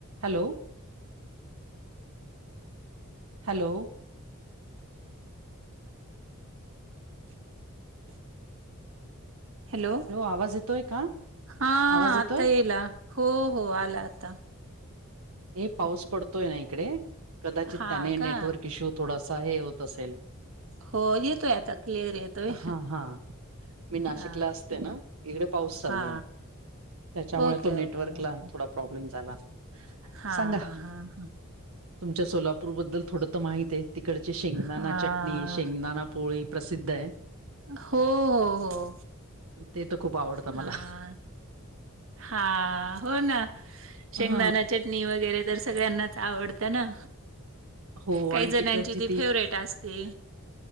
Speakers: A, on the right; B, on the right.
A: Hello. Hello.
B: <inaudible> Hello
A: आवाज येतोय का
B: हा
A: आवाज
B: हा
A: येतोय
B: आता येला हो हो आला आता.
A: हे पाऊस पडतोय ना इकडे कदाचित
B: हा
A: त्याने
B: का
A: नेटवर्क इश्यू थोडासा हे होत असेल.
B: हो येतोय आता क्लिअर येतोय.
A: हा हा मी नाशिकला
B: हा
A: असते ना इकडे पाऊस चालू
B: हा
A: आहे त्याच्यामुळे
B: ओके
A: तो नेटव
B: ओके
A: वर्कला
B: ओके
A: थोडा प्रॉब्लेम झाला.
B: हा
A: सांगा
B: हा हा.
A: तुमच्या सोलापूरबद्दल थोडं तर माहित आहे तिकडची शेंगदाणा
B: हा
A: चटणी, शेंगदाणा पोळी प्रसिद्ध आहे.
B: हो हो हो
A: ते तर खूप आवडतं
B: हा.
A: मला
B: हा हो ना शेंगदाणा
A: हा
B: चटणी वगैरे तर सगळ्यांनाच आवडत तना
A: हो
B: काही
A: आणि
B: जणांची
A: तिकडची
B: ती फेवरेट असते.